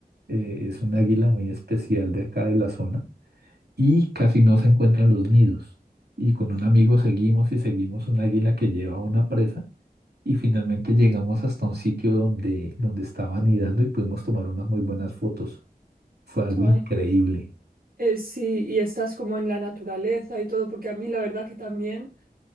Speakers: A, on the right; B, on the right.
A: eh, es un águila muy especial de acá de la zona y casi no se encuentran los nidos. Y con un amigo seguimos y seguimos un águila que lleva una presa y finalmente llegamos hasta un sitio donde, donde estaba anidando y pudimos tomar unas muy buenas fotos. Fue algo
B: Ay,
A: increíble.
B: eh, sí, y estás como en la naturaleza y todo, porque a mí la verdad que también...